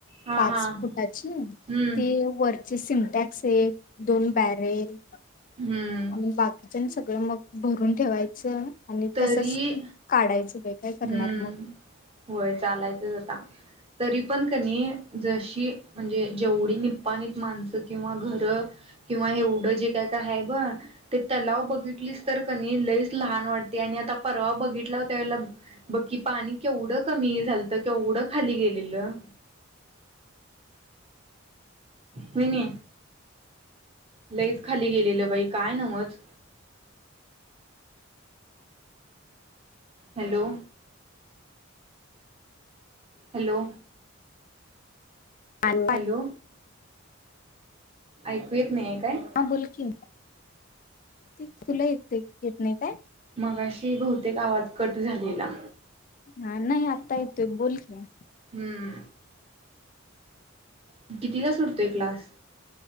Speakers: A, on the right (about 30°); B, on the left (about 40°).
A: हा
B: पाच
A: हा
B: फुटाची
A: हम्म
B: ती वर सिटॅक्स एक दोन बॅरेल.
A: हम्म
B: आणि बाकीच्या सग ळं मग भरून ठेवायचं. आणि
A: तरी
B: तसच काढायचं बाई काय करणार
A: हम्म,
B: मग.
A: होय चालायचंच आता. तरी पण कनी जशी म्हणजे जेवढी निपाणीत माणसं किंवा घर किंवा हेवढं जे काय काय आहे ब ते तलाव बघितलीस तर क नाही लईच लहान वाट ते आणि आता परवा बघितलाव त्या वेळेला बकी पाणी केवढं कमी झालत केवढं खाली गेलेलं. होयनी. लईच खाली गेलेलं बाई काय नवच. हॅलो हॅलो
B: हा
A: हॅलो ऐकू येत नाहीय काय?
B: बोल की. तुला येत येत नाही काय?
A: मगाशी बहुतेक आवाज कट झालेला.
B: हा नाही आप आता येतोय बोल की
A: हम्म <unintelligible> किती तास सुटतोय क्लास?